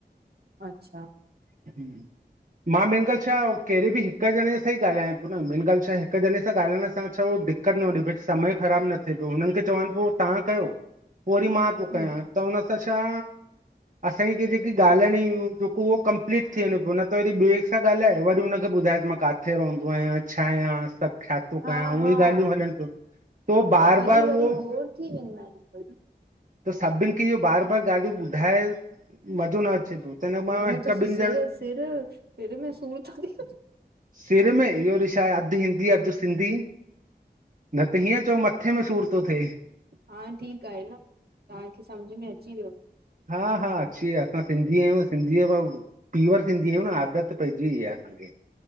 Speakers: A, on the right; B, on the right.
A: अच्छा
B: हम मां मेन ॻाल छा केड़े बि हिक ॼणे सां ई ॻाल्हायां पियो न, मेन ॻाल छाए हिक ॼणे सां ॻाल्हाइण सां छा हो दिक <unintelligible> समय ख़राब न थे पियो हुनन खे चवांन पियो तव्हां कयो पो वरी मां त
A: हम्म
B: पो कयां त हुन त छा असां खे जेकी ॻाल्हाइण जी जेको हो कंप्लीट थी वञे पियो न त ॿे सां ॻाल्हाए वरी हुनखे ॿुधाएस, कि मां काथे रहंदो आयां छा आयां सभ छाथो
A: हा
B: कयां उहे
A: हा
B: ई ॻाल्हियूं हलन पियूं तो बार-बार
A: वरी वरी
B: उहो
A: बोर थी वेंदा आहियूं
B: त सभिन खे इयो बार-बार ॻाल्हियूं ॿुधाए मज़ो न अचे पियो त हिन मां
A: हूंअ
B: हिकु
A: त
B: ॿिनि
A: सिर-सिर,
B: ॼण
A: सिर में सूर तो थी
B: सिर में इयो वरी छाए अध हिंदी, अध सिंधी न त हीअं चओ मथे में सूर तो थे
A: हा ठीक आहे न, तांखे समझ में अची वियो।
B: हा-हा अची वियो आ असां सिंधी आयूं, सिंधीअ में प्योर सिंधी आयूं, न आदत पेजी वई आ असांखे